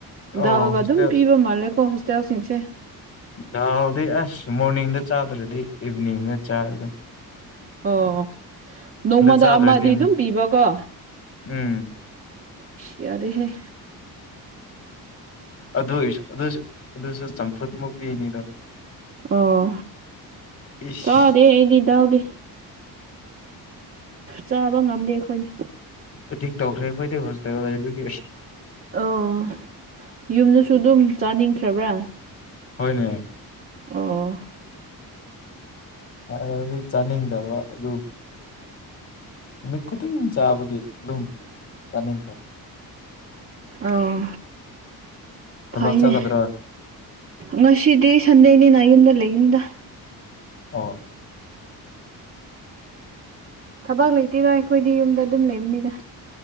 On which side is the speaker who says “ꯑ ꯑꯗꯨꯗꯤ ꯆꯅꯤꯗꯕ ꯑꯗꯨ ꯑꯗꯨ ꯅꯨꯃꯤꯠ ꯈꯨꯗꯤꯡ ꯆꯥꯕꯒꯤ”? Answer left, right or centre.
Left